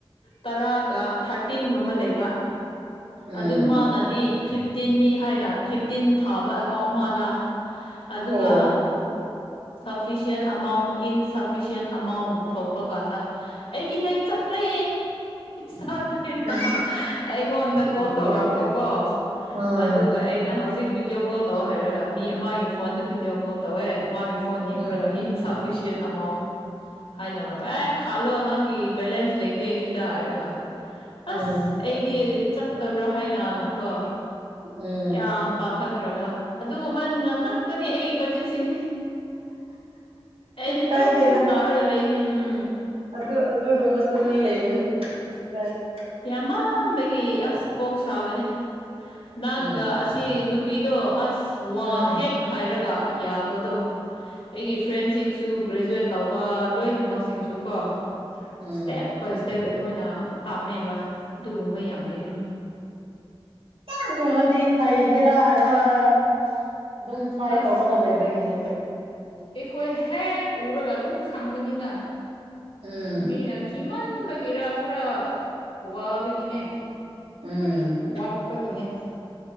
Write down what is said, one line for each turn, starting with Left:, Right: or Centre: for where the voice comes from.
Left: ꯇꯔꯥꯒ ꯊꯥꯔꯇꯤꯟꯒꯨꯝꯕ ꯂꯩꯕ
Right: ꯎꯝ
Left: ꯑꯗꯨ ꯃꯥꯅꯗꯤ ꯐꯤꯐꯇꯤꯟꯅꯤ ꯍꯥꯏꯅ ꯐꯤꯞꯇꯤꯟ ꯊꯥꯕ ꯃꯗ ꯑꯗꯨꯒ
Right: ꯑꯣ
Left: ꯁꯐꯤꯁꯟ ꯑꯃꯥꯎꯟ ꯏꯟꯁꯐꯤꯁꯟ ꯑꯃꯥꯎꯟ ꯊꯣꯛꯄ ꯀꯥꯟꯗ ꯑꯩꯒꯤ ꯕꯦꯡꯀ ꯆꯠꯇ꯭ꯔ ꯁꯇ꯭ꯔ <unintelligible>
Right: ꯑꯁ
Left: ꯑꯩꯉꯣꯟꯗ
Right: ꯂꯣꯏꯔꯦ
Left: ꯀꯣꯜ ꯇꯧꯔꯛꯄꯀꯣ
Right: ꯎꯝ
Left: ꯑꯗꯨꯒ ꯑꯩꯅ ꯍꯧꯖꯤꯛ ꯍꯧꯖꯤꯛ ꯚꯤꯗꯤꯑꯣ ꯀꯣꯜ ꯇꯧ ꯍꯥꯏꯔꯒ ꯃꯤ ꯑꯃꯒꯤ ꯃꯥ ꯐꯣꯟꯗ ꯚꯤꯗꯤꯑꯣ ꯀꯣꯜ ꯇꯧꯋꯦ ꯃꯥꯒꯤ ꯐꯣꯟ
Right: ꯎꯝ
Left: ꯌꯦꯡꯉꯒ ꯏꯟꯁꯞ ꯑꯦꯐꯁꯤꯟ ꯑꯃꯥꯎꯟ ꯍꯥꯏꯅꯔꯕ ꯑꯦ ꯈꯜꯂꯣ ꯅꯪꯒꯤ ꯕꯦꯂꯦꯟꯁ ꯂꯩꯇꯦ ꯁꯤꯗ ꯍꯥꯏꯔꯒ
Right: ꯎꯝ
Left: ꯑꯁ ꯑꯩꯗꯤ ꯆꯠꯇꯕ꯭ꯔꯥ ꯍꯥꯏꯅꯥꯅꯀꯣ
Right: ꯎꯝ
Left: ꯌꯥꯝ ꯄꯥꯈꯠꯈ꯭ꯔꯕ ꯑꯗꯨꯒꯨꯝꯕ ꯅ ꯉꯛꯇꯅꯤ ꯑꯩꯒꯤ ꯀꯖꯤꯟꯁꯤꯡꯅꯤ ꯑꯩꯗꯤ ꯑꯗꯨꯝ
Right: ꯀꯥꯏꯗꯦꯗ
Left: ꯇꯧꯔ ꯂꯩꯅꯤ ꯎꯝ
Right: ꯑꯗꯨ ꯑꯗꯨꯒꯨꯝꯕꯁꯨ ꯃꯤ ꯂꯩꯕꯅꯤ <unintelligible>
Left: ꯌꯥꯝꯃꯥꯟꯕꯒꯤ ꯑꯁ ꯀꯣꯛ ꯁꯥꯕꯅꯦ ꯅꯪꯒ
Right: ꯎꯝ
Left: ꯑꯁ ꯁꯤ ꯅꯨꯄꯤꯗꯣ ꯑꯁ ꯋꯥ
Right: ꯎꯝ
Left: ꯍꯦꯛ ꯍꯥꯏꯔꯒ ꯌꯥꯕꯗꯣ ꯑꯩꯒꯤ ꯐ꯭ꯔꯦꯟꯁꯤꯡꯁꯨ ꯒ꯭ꯔꯦꯖꯨꯋꯦꯠ ꯇꯧꯕ ꯂꯣꯏꯅꯃꯛꯁꯤꯡꯁꯨ ꯀꯣ
Right: ꯎꯝ
Left: ꯏꯁꯇꯦꯞ ꯕꯥꯏ ꯏꯁꯇꯦꯞ ꯑꯩꯈꯣꯏꯅ ꯇꯝꯃꯦꯕ ꯑꯗꯨꯒꯨꯝꯕ ꯌꯥꯝ ꯂꯩꯕꯅꯤ
Right: ꯀꯨꯝꯕꯗꯤ ꯍꯩꯒꯦꯔꯥ ꯍꯥꯏꯔꯥ ꯑꯗꯨꯝ ꯇ꯭ꯔꯥꯏ
Left: ꯑꯁ
Right: ꯇꯧꯔꯒ ꯂꯩꯕꯒꯤꯅꯦ ꯑꯩꯈꯣꯏ
Left: ꯑꯩꯈꯣꯏ ꯍꯦꯛ ꯎꯔꯒ ꯑꯗꯨꯝ ꯈꯪꯕꯅꯤꯅ
Right: ꯎꯝ
Left: ꯃꯤꯅ ꯀꯤꯃꯟꯕꯒꯤꯔ ꯈꯔ ꯋꯥꯕꯒꯤꯅꯦ
Right: ꯎꯝ
Left: ꯋꯥꯠꯄꯒꯤꯅꯦ